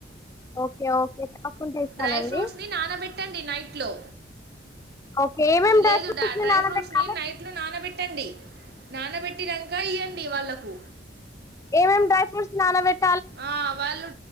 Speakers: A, on the left; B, on the right.
A: ఓకే ఓకే తప్పకుండా ఇస్తానండి
B: డ్రై ఫ్రూట్స్ ని నానబెట్టండి నైట్ లో
A: ఓకే ఏమేమి
B: లేదు
A: డ్రై ఫ్రూట్స్
B: డా
A: ని
B: డ్రై
A: నానబెట్టాలి
B: ఫ్రూట్స్ ని నైట్ లో నానబెట్టి పెట్టండి నానబెట్టినాక ఇవ్వండి వాళ్ళకు
A: ఏం ఎం డై ఫ్రూట్స్ నానా వ
B: ఆ వాళ్ళు